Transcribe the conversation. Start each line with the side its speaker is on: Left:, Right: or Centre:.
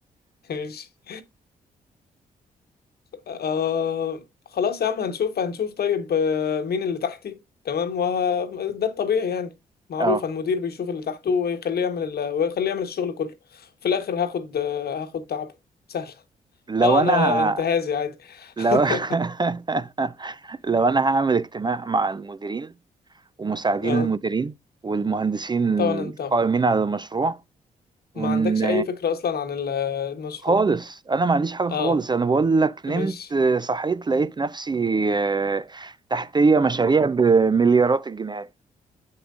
Left: ماشي آه خلاص يا عم هنشوف هنشوف طيب آه، مين اللي تحتي تمام وده الطبيعي يعني معروف
Right: اه
Left: المدير بيشوف اللي تحته ويخليه يعمل ال... ويخليه يعمل الشغل كله في الاخر هاخد آه، هاخد تعبه سهل
Right: لو
Left: اه انا
Right: انا
Left: انتهازي
Right: ه...
Left: عادي
Right: لو
Left: <laughs>
Right: <laughs> لو انا هعمل اجتماع مع المديرين ومساعدين
Left: اه
Right: المديرين والمهندسين
Left: طبعا
Right: القائمين
Left: انت
Right: على المشروع ون
Left: ما عندكش اي فكرة اصلا عن ال- المشروع
Right: خالص انا ما عنديش حاجه خالص
Left: اه
Right: انا بقول لك نمت
Left: مش
Right: صحيت لقيت نفسي آه، تحتيه مشاريع بمليارات الجنيهات